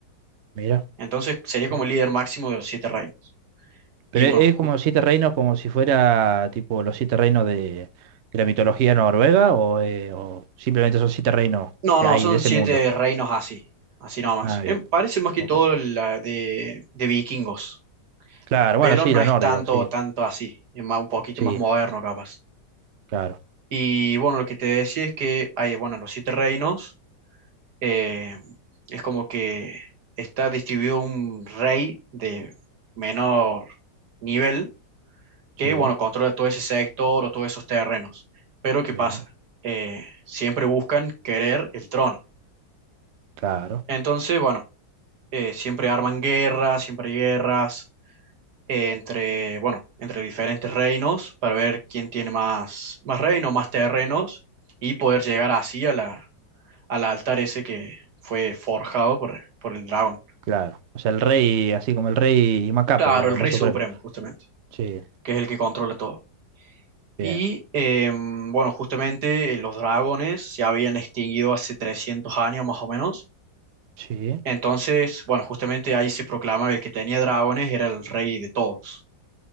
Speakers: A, on the right (about 75°); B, on the right (about 60°).
A: mira,
B: Entonces sería
A: sí.
B: como el líder máximo de los siete reinos.
A: pero
B: Y
A: e,
B: bueno, ju-
A: es como siete reinos, como si fuera tipo los siete reinos de, de la mitología noruega o, eh, o simplemente son siete reinos
B: no,
A: de
B: no,
A: ahí,
B: son
A: de ese
B: siete
A: mundo.
B: reinos así, así nomás.
A: Ah,
B: Eh,
A: bien,
B: parece más que
A: ok.
B: todo la de, de vikingos,
A: Claro,
B: pero
A: bueno, sí,
B: no
A: lo
B: es
A: nórdico,
B: tanto,
A: sí,
B: tanto así, es más, un poquito
A: sí,
B: más moderno capaz.
A: claro,
B: Y bueno, lo que te decía es que hay, bueno, los siete reinos eh, es como que está distribuido un rey de menor nivel
A: sí,
B: que, bueno, controla todo ese sector o todos esos terrenos. Pero ¿qué
A: bien,
B: pasa? Eh, siempre buscan querer el trono.
A: claro.
B: Entonces, bueno, eh, siempre arman guerras, siempre hay guerras eh, entre, bueno, entre diferentes reinos para ver quién tiene más, más reinos, más terrenos y poder llegar así a la, al altar ese que fue forjado por, por el dragón.
A: Claro. O sea, el rey, así como el rey Macapo,
B: Claro,
A: digamos,
B: el Rey
A: más supremo.
B: Supremo, justamente,
A: Sí,
B: que es el que controla todo.
A: bien.
B: Y em, bueno, justamente eh, los dragones se habían extinguido hace 300 años más o menos.
A: Sí,
B: Entonces, bueno, justamente ahí se proclama que el que tenía dragones era el rey de todos.